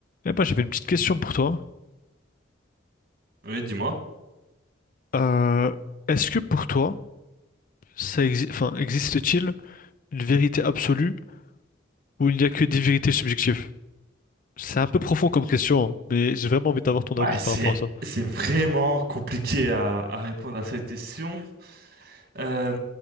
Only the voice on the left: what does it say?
Eh ben, j'avais une petite question pour toi.
Euh, est-ce que pour toi, ça exi- enfin, existe-t-il une vérité absolue ou il n'y a que des vérités subjectives? C'est un peu profond comme question, hein, mais j'ai vraiment envie d'avoir ton
avis par
rapport à ça.